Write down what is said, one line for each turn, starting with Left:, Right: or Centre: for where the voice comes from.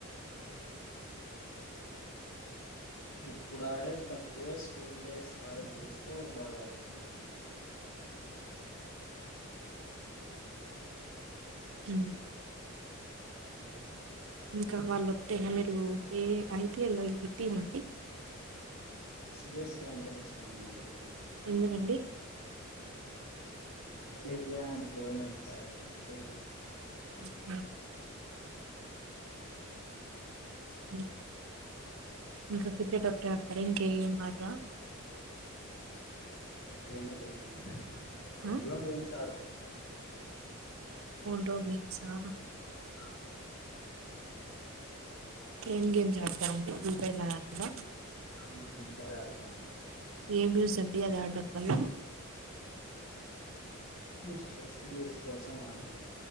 Left: ఇప్పుడు ఆడేది తక్కువే స్ స్కూల్ డేస్, కాలేజ్ డేస్ లో బాగా ఆడుతుండు
Right: మ్మ్ ఇంకా వాళ్ళొకటేనా మీరు ఏ ఐ పీ ఎల్ ఏ టీం అండి
Left: నాకు సి ఎస్ కె అంటే ఇష్టమండి <inaudible>
Right: ఎందుకండి
Left: ఏం జాబు <unintelligible> కాబట్టి
Right: మ్మ్ మ్మ్ ఇంకా క్రికెట్ ఒకటే ఆ <unintelligible> ఇంకేం ఆట
Left: గేమే లేదులే ఫోన్లో
Right: ఆ
Left: గేమ్స్ ఆడుతు
Right: లో గేమ్సా
Left: ఆ
Right: ఏం గేమ్ జారుత ఉంటే నీకెంకాలే మ్మ్
Left: అవును ఫ్రీ ఫైర్ అడుతా అండి
Right: ఏం యూస్ అండి అది ఆడ్డం వల్ల
Left: స్ట్రెస్ రిలీజ్ కోసం ఆడతాను